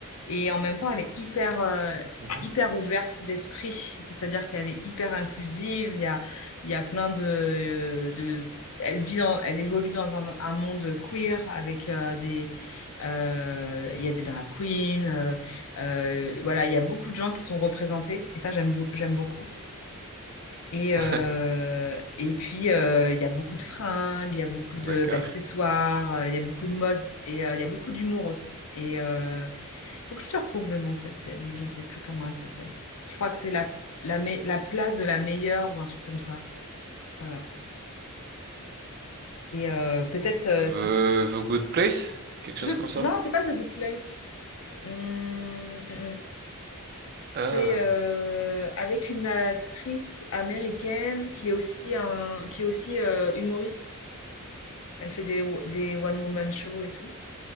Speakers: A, on the left; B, on the right.
A: Et en même temps, elle est hyper, euh,
B: mhm.
A: hyper ouverte d'esprit. C'est-à-dire qu'elle est hyper inclusive. Il y a, il y a plein de, de... Elle vit dans, elle évolue dans un, un monde queer avec euh, des, euh, il y a des drag queens, euh, euh, voilà, il y a beaucoup de gens qui sont représentés et ça j'aime, be- j'aime beaucoup. Et,
B: <laughs>
A: euh, et puis, euh, il y a beaucoup de fringues, il y a beaucoup
B: D'accord.
A: de- d'accessoires, euh, il y a beaucoup de mode et euh, il y a beaucoup d'humour aussi. Et euh, il faut que je te retrouve le nom de cette série, je sais plus comment elle s'appelle. Je crois que c'est la, la, me- la place de la meilleure ou un truc comme ça. Voilà. Et euh, peut-être euh,
B: The,
A: si...
B: The Good Place? Quelque chose
A: The-
B: comme ça?
A: Non, c'est pas The Good Place. Hum, hum, hum. C'est
B: Ah,
A: euh, avec une actrice américaine qui est aussi, un, qui est aussi euh, humoriste. Elle fait des, wo- des one-woman shows et tout.